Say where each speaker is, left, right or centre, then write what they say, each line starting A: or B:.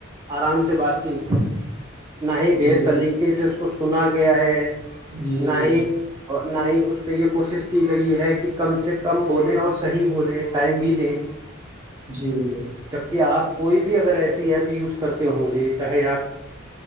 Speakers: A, on the right; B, on the right.
A: آرام سے بات کی نہ ہی بے
B: جی
A: سلیقے سے اس کو سنا گیا ہے
B: جی
A: نہ
B: جی
A: ہی نہ ہی اس پہ یہ کوشش کی گئی ہے کہ کم بولیں اور صحیح بولیں ٹائم بھی لیں
B: جی بالکل
A: جبکہ آپ کوئی بھی اگر ایسے ایپ یوز کرتے ہوں گے چاہے آپ اچھا